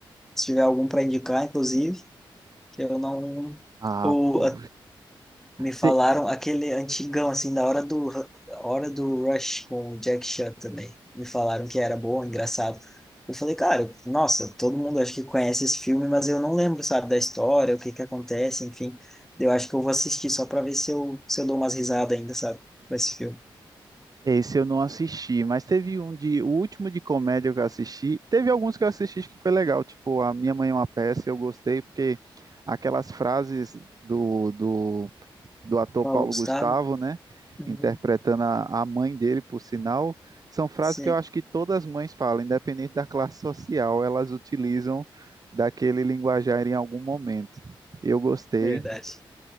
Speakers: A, in the centre; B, on the right.
A: Se tiver algum para indicar, inclusive, que eu não
B: Ah,
A: o
B: pô.
A: a- me falaram
B: Te-
A: aquele antigão assim da hora do hora do Rush com o Jack Chan também. Me falaram que era bom, engraçado. Eu falei, cara, nossa, todo mundo acho que conhece esse filme, mas eu não lembro, sabe, da história, o que que acontece, enfim. Eu acho que eu vou assistir só para ver se eu se eu dou umas risadas ainda, sabe, com esse filme.
B: Esse eu não assisti, mas teve um de. O último de comédia que eu assisti. Teve alguns que eu assisti que foi legal. Tipo, A Minha Mãe é uma Peça, eu gostei, porque aquelas frases do, do do ator
A: Paulo
B: Paulo
A: Gustavo?
B: Gustavo, né?
A: Uhum,
B: Interpretando a, a mãe dele, por sinal, são frases
A: Sim,
B: que eu acho que todas as mães falam, independente da classe social, elas utilizam daquele linguajar em algum momento. Eu gostei.
A: verdade.